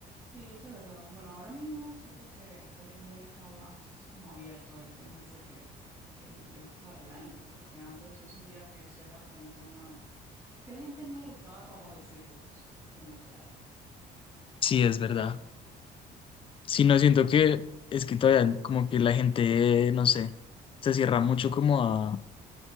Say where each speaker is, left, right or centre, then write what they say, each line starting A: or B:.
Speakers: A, on the right; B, on the left.
A: Sí, eso es verdad. Bueno, ahora mismo siento que hoy en día está más como abierto el tema ese que, el- que le gusta el anime, pues porque antes yo sentía que eso era como un tema que a la gente no le gustaba como decirlo, pues, que me gusta el anime.
B: Sí, es verdad. Sí, no
A: Sí,
B: siento que es que todavía como que la gente, no sé, se cierra mucho como a,